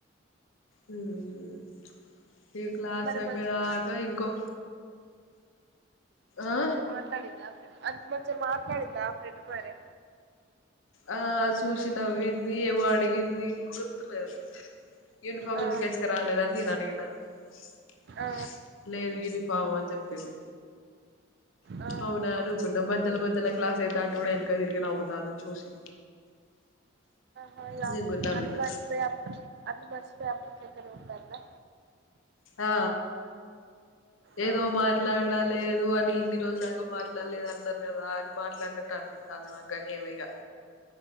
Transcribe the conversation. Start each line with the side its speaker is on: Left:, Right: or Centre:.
Left: హ్మ్ ఈ క్లాస్
Right: మరి
Left: అయిపోయదాక
Right: మంచిగా
Left: ఇంకో ఆ
Right: అంతే మాట్లాడిందా అది మంచ్ మంచిగ మాట్లాడిందా ఆ ఫ్రెండ్ మరి
Left: ఆ సూచినవ్వింది ఏమో అడిగింది గుర్తులేదు యూనిఫార్
Right: ఆ
Left: ఎందుకు ఏసుకొని రాలేదు అని నేను అడిగినా డ
Right: ఆ
Left: లేదుగిని బావ అని చెప్పింది
Right: ఆ
Left: అవునా అను కున్న మధ్యలో మధ్యలో క్లాస్ అయితాంటే కూడా ఎనక తిరిగి నవ్వుతాంది చూసి
Right: మళ్ళ
Left: నేను కూడా నవ్విన
Right: అన్ని మర్చపోయి అన్ని మర్చ్ పాట్లలేక్కనే ఉంటాదా
Left: ఆ
Right: ఆ
Left: ఏదో మాట్లాడలేదు అని ఇన్ని రోజులు దాకా మాట్లాడలేదు అన్నారు కదా అని మాట్లాడినట్టు అనిపితాంది. నాక్ గాని ఏమో ఇగా